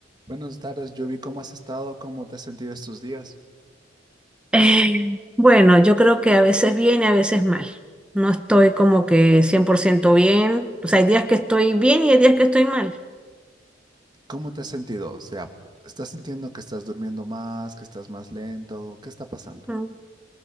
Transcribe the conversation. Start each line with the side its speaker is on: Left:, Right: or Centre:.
Right: Buenas tardes, Yubi. cómo has estado, cómo te has sentido estos días.
Centre: Eh, bueno, yo creo que a veces bien y a veces mal. No estoy como que 100% bien. O sea, hay días que estoy bien y hay días que estoy mal.
Right: ¿Cómo te has sentido? O sea, ¿estás sintiendo que estás durmiendo más, que estás más lento? ¿Qué está pasando?
Centre: Mm,